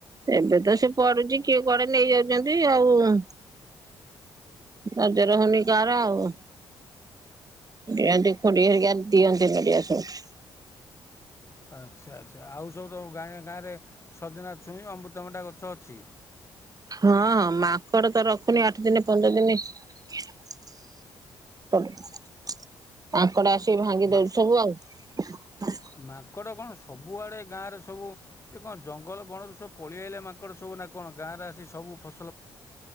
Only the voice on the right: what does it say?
ଏବେ ତ ସେ ପଡୁଚି କିଏ କୁଆଡେ ନେଇ -- ନେଇଯାଉଛନ୍ତି ଆଉ ହୁଁ, ନଜର ହଉନି କାଆର ଆଉ ଦିଅନ୍ତି, ଖୁଡି ହେରିକା ଦିଅନ୍ତି ନଡ଼ିଆ ସବୁ
ହଁ, ହଁ ମାଙ୍କଡ ତ ରଖୁନି ଆଠଦିନିରେ ପନ୍ଦର ଦିନିରେ <unintelligible> ମାଙ୍କଡ଼ ଆସିକି ଭାଙ୍ଗି
ଦଉଛି ସବୁ ଆଉ